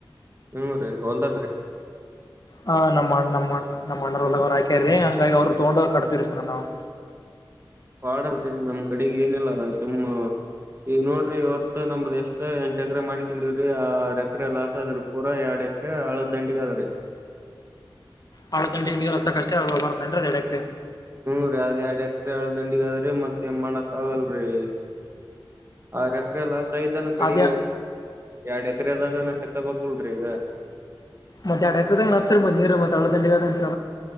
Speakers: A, on the right (about 30°); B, on the left (about 45°).
A: ಹ್ಮ್ೂ ರೀ ಹೊೋಲ್ದಾಗ್ರೀ
B: ಹ ನಮ್ಮ್ ನಮ್ಮ ನಮ್ಮ ಅಣಲ್ಲ್ರು ಹಾಕ್ಯ್ರಿ ಹಂಗಾಗಿ ಅವ್ರು ತಗೊಂಡ್ ಕಡ್ತತಿರಿ ಸರ್ ನಾವವು
A: ವಾಡ ಬಿಡ್ರಿ ನಮ್ಮ್ ಕಡೆಗೆ ಏನೆಲ್ಲ ಸುಮ್ಮ ಈಗ ನೋಡ್ರಿ ವರ್ಷ ನಮ್ದ ಎಷ್ಟ್ ಎಂಟು ಎಕರೆ ಮಾಡ್ಕೊಂಡಿವವ್ರಿ ಆ ಎಕರೆ ಲಾಸ್ ಆದ್ರ ಪೂರ ಎರಡ್ ಎಕರೆ ಆಳ ದಂಡಿ ಅದ್ರರಿ
B: ಹಾಳ ಚಂಡಿಗೆ ನೀಸಕಕ್ಕಷ್ಟೇ ಆ ಬರ್ತ ಅ್ರೆ ಎಡ್ರಿ
A: ಹ್ಮ್ೂ ರೀ ಅದ್ ಎರಡ್ ಎಕರೆ ಎಳ ದಂಡಿಗಾದ್ರೀ ಮತ್ತೇನ್ ಮಾಡಕ್ ಆಗಲ್ರರಿ ಆರ್ ಎಕರೆ ಲಾಸ್ ಆಗ್ದಾನ ಕಡೆ
B: ಅದೇ
A: ಎರಡ್ ಎಕರೆದಾಗನ ತೆಕ್ಕಬೇಕಕ್ಲ್ರೀ ಈಗ
B: ಮತ್ತೆಡ ನ ನೀರು ಮತ್ತೆ ಒ ದಂಡ